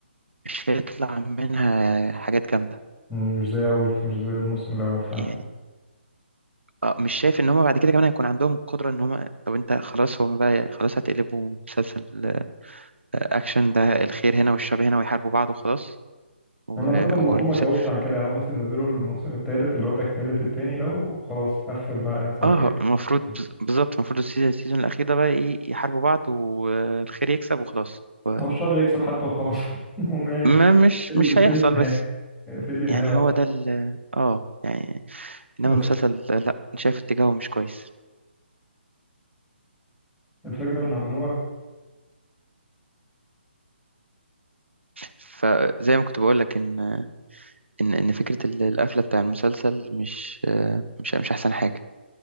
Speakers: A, on the right; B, in the centre.
A: مش هيطلع منها حاجات جامدة
B: مش زي اول مش زي الموسم الاول فعلا
A: يعني اه مش شايف ان هم بعد كده كمان هيكون عندهم القدرة ان هم طب انت خلاص هم بقى خلاص هتقلبوا مسلسل آه، اكشن ده الخير هنا والشر هنا ويحاربوا بعض وخلاص و-
B: انا اعتقد انه المفروض
A: والمسلسل
B: ما يطولش عن كده يعني هو بس ينزلوا الموسم التالت اللي هو تكمله التاني ده وخلاص قفل بقى انسى الفكره
A: اه المفروض
B: دي.
A: بز- بالظبط المفروض السيزون السيزون الاخير ده بقى ايه يحاربوا بعض والخير يكسب وخلاص و-
B: او الشر يكسب حتى وخلاص <laughs> المهم يعني
A: ما مش
B: في اللي
A: مش
B: في
A: هيحصل
B: اللي نهايه
A: بس
B: في اللي نهايه
A: يعني
B: واضحه
A: هو ده ال اه يعني انما
B: بس
A: المسلسل ده لا أنا شايف اتجاهه مش كويس
B: الفكره اللي عملوها
A: فزي ما كنت بقول لك ان ان ان فكره ال- القفله بتاع المسلسل مش آه، مش مش احسن حاجه